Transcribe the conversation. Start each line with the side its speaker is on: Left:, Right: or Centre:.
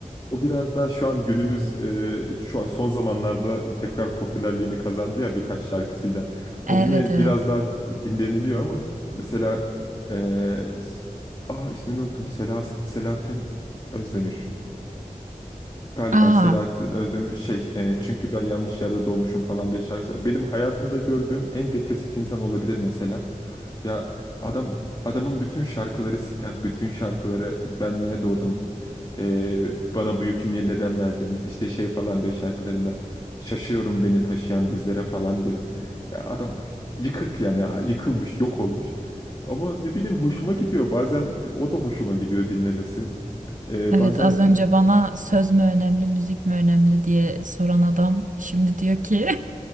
Left: O biraz daha şu an günümüz e, şu an son zamanlarda tekrar popülerliğini kazandı ya birkaç şarkısıyla. O
Right: Evet
Left: yine
Right: evet.
Left: biraz daha dinleniliyor ama mesela eee, s- aa ismini unuttum. Selah, Selahattin Özdemir. Galiba
Right: Aa
Left: Selahattin Özdemir şey eee, çünkü ben yanlış yerde doğmuşum falan diye şarkısı. Benim hayatımda gördüğüm en depresif insan olabilir mesela. Ya adam adamın bütün şarkıları sitem, bütün şarkıları ben niye doğdum? Ee, bana bu yükü niye neden verdiniz? İşte şey falan diyor şarkılarında. Şaşıyorum beni taşıyan dizlere falan diyor. Ya adam yıkık yani yıkılmış, yok olmuş. Ama ne bileyim hoşuma gidiyor. Bazen o da hoşuma gidiyor dinlemesi. Ee,
Right: Evet,
Left: bazen
Right: az önce bana söz mü önemli, müzik mi önemli diye soran adam şimdi diyor ki <laughs>